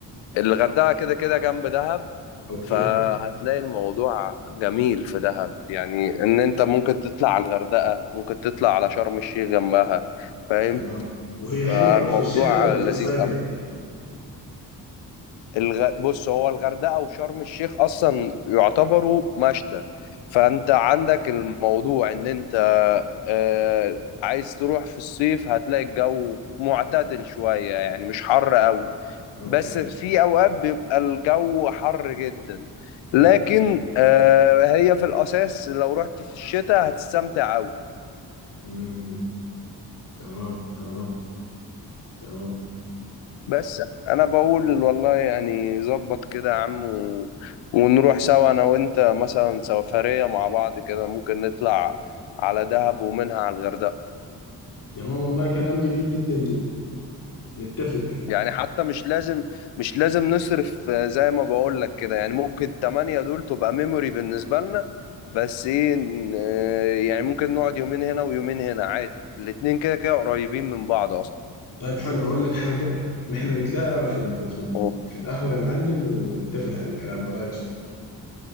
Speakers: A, on the left; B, on the left.
A: الغردقة كده كده جنب دهب
B: اوكي
A: فهتلاقي الموضوع جميل في دهب يعني ان انت ممكن تطلع على الغردقة ممكن تطلع على شرم الشيخ جنبها فاهم
B: تمام وهي حلوه
A: فالموضوع
B: في الشتاء ولا
A: لذيذ
B: في الصيف
A: قوي
B: يعني
A: الغ... بص هو الغردقة وشرم الشيخ اصلا يعتبروا مشتى فانت عندك الموضوع ان انت آه... عايز تروح في الصيف هتلاقي الجو معتدل شوية يعني مش حر قوي
B: اوكي
A: بس في اوقات بيبقى الجو حر جدا لكن
B: اوكي
A: آه، هي في الاساس لو رحت في الشتاء هتستمتع قوي
B: مم. تمام تمام تمام
A: بس انا بقول والله يعني ظبط كده يا عم و... ونروح سوا انا وانت مثلا سفرية مع بعض كده ممكن نطلع على دهب ومنها على الغردقة
B: تمام والله كلام جميل جدا جدا نتفق
A: يعني حتى مش لازم مش لازم نصرف آه، زي ما بقول لك كده يعني ممكن 8 دول تبقى ميموري بالنسبة لنا بس ايه ن- آه، يعني ممكن نقعد يومين هنا ويومين هنا عادي الاتنين كده كده قريبين من بعض اصلا
B: طيب حلو اقول لك حاجه نحن نتلاقى في ال... في ال...
A: أوه.
B: في القهوه يا معلم ونتفق على الكلام ده رايك شنو